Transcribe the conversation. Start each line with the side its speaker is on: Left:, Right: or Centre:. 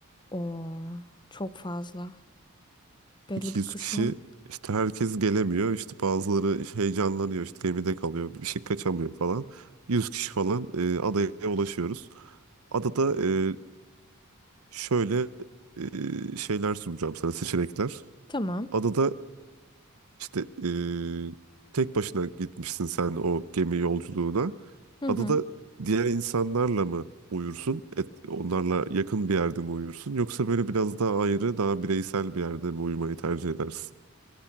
Left: Oo, çok fazla. Belli
Right: 200
Left: bir kısmın.
Right: kişi işte herkes gelemiyor. İşte bazıları heyecanlanıyor. işte gemide kalıyor. Bir şey kaçamıyor falan. 100 kişi falan eee, adaya ulaşıyoruz. Adada eee, şöyle eee, şeyler sunacağım sana seçenekler.
Left: Tamam.
Right: Adada İşte eee, tek başına gitmişsin sen o gemi yolculuğuna.
Left: Hı hı.
Right: Adada diğer insanlarla mı uyursun? Et- onlarla yakın bir yerde mi uyursun? Yoksa böyle biraz daha ayrı, daha bireysel bir yerde mi uyumayı tercih edersin?